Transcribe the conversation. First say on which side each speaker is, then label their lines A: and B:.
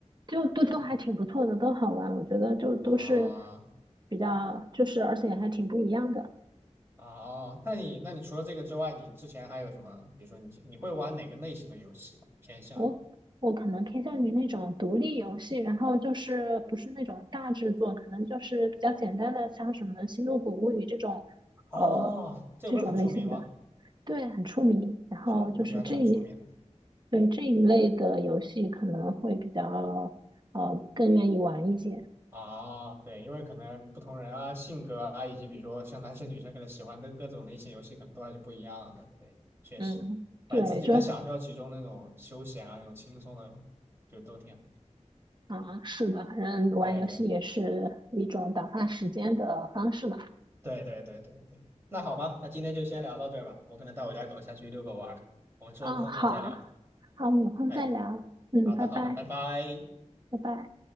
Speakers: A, on the right; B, on the right.
A: 就都都还挺不错的，
B: 对。
A: 都好玩。我觉得就都是
B: 啊，
A: 比较，就是而且还挺不一样的。
B: 啊，那你那你除了这个之外，你之前还有什么？比如说你你会玩哪个类型的游戏偏向于？
A: 我我可能偏向于那种独立游戏，然后就是不是那种大制作，可能就是比较简单的，像什么《星露谷物语》这种，
B: 哦，
A: 呃，
B: 这个不是很出名吗？
A: 这种类型的。对，很出名。然后就是这一，
B: 《星露谷物语》还是很出名的。
A: 对这一类的游戏可能会比较，呃，更愿意玩一些。
B: 啊，对，因为可能不同人啊、性格啊，以及比如说像男生女生可能喜欢的各种类型游戏，可能都还是不一样的。对，确实，
A: 嗯，对，
B: 反正自己能享受到其中那种休闲啊、
A: 就
B: 那种轻松的，就都挺好。
A: 啊，是的，反正玩游戏也是一种打发时间的方式嘛。
B: 对对对对对对对。那好吧，那今天就先聊到这儿吧。我可能带我家狗下去遛个弯儿，我们之后空了再聊。
A: 哦，好，好，我们有空再聊。
B: 哎。
A: 嗯，
B: 好的，
A: 拜拜，
B: 好的，拜拜。
A: 拜拜。